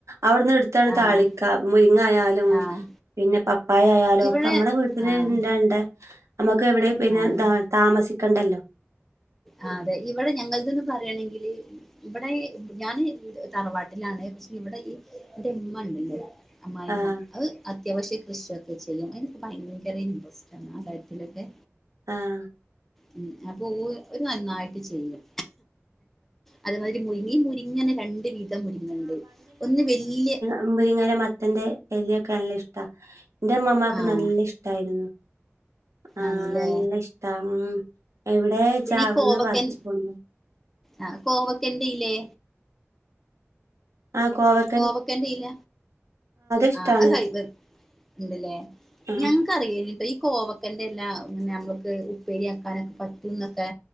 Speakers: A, on the right (about 85°); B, in the centre.
A: അവ്ട്ന്ന് എട്ത്തങ്ങ്ട്
B: ആഹ്
A: താളിക്കാ. മുരിങ്ങായാലും
B: ആഹ്
A: പിന്നെ പപ് പ്പായ ആയാലോ
B: ഇവിടെ
A: ഒക്കെ മ്മളെ വീട്ടില്
B: ആഹ്
A: എല്ലാ ഇണ്ട്. അമ്മക്ക് എവിടെയു പിന്നെ
B: ആഹ്
A: ദാ താമസി ക്കണ്ടല്ലോ?
B: ആഹ് അതെ. ഇവിടെ ഞങ്ങള്ത് ന്ന് പറയണെങ്കില് ഇവടെ ഞാന് തറവാട്ടിലാണ്. പക്ഷെ ഇവിടെ ഈ ഇവരെ ഇമ്മണ്ടല്ലോ? അമ്മായിമ്മ.
A: ആഹ്
B: അത് അത്യാവശ്യ കൃഷിയൊക്കെ ചെയ്യും. എനിക്ക് ഭയങ്കര ഇൻട്രസ്റ്റ് ആണ് ആ കാര്യത്തിലൊക്കെ.
A: ആഹ്.
B: ഉം അപ്പൊ ഊ ഓര് നന്നായിട്ട് ചെയ്യും. അത് മാതിരി മുരിങ്ങി, ഈ മുരിങ്ങിന്നെ രണ്ട് വിധ മുരിങ്ങണ്ട്. ഒന്ന് വല്യ
A: അമ്മുരിങ്ങയില, മത്തന്റെ എലയൊക്കെ നല്ല ഇഷ്ടാ. എന്റെ ഇമ്മമ്മാക്കും
B: ആഹ്
A: നല്ല ഇഷ്ടായിരുന്നു. ആഹ്
B: ആണല്ലേ
A: നല്ല ഇഷ്ടാ ഉം. എവിടേച്ചാ
B: പിന്നെ ഈ
A: അവിട്ന്ന്
B: കോവക്കൻ
A: പറിച്ച് കൊണ്ട്
B: ആ കോവക്കന്റെ ഇല്ലേ?
A: ആഹ് കോവക്
B: കോവക്കന്റെ ഇല.
A: ഇഷ്ടാണ്
B: ആഹ് അത് ഇണ്ടല്ലേ.
A: ആഹ്
B: ഞങ്ങക് ക്കറിയില്ലേനു കേട്ടോ ഈ കോവക്കന്റെ എല്ലാ നമക്ക് ഉപ്പേരിയാക്കാനൊക്കെ പറ്റുംന്നൊക്കെ.